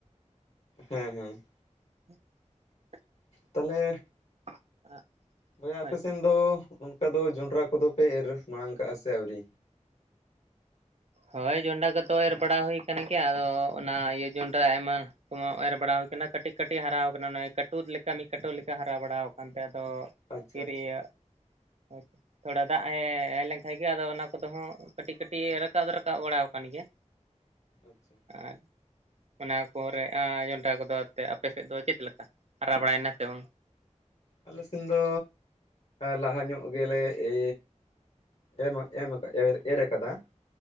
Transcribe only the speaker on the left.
ᱦᱮᱸ ᱦᱮᱸ
ᱛᱟᱦᱮᱞᱮ
ᱵᱚᱭᱟ ᱟᱯᱮ
ᱥᱮᱱ ᱫᱚ ᱚᱱᱠᱟ ᱫᱚ ᱡᱚᱸᱰᱽᱨᱟ ᱠᱚᱫᱚ ᱯᱮ ᱮᱨ ᱢᱟᱲᱟᱝ ᱠᱟᱜᱼᱟ ᱥᱮ ᱟᱹᱣᱨᱤ
ᱟᱪᱪᱷᱟ
ᱟᱪᱪᱷᱟ
ᱟᱪᱪᱷᱟ
ᱴᱷᱤᱠ
ᱴᱷᱤᱠ
ᱟᱞᱮ ᱥᱮᱱ ᱫᱚ ᱞᱟᱦᱟ ᱧᱚᱜ ᱜᱮᱞᱮ ᱮ ᱮᱢᱟ ᱮᱢᱟᱠᱟ ᱮᱣᱮᱨ ᱮᱨ ᱠᱟᱫᱟ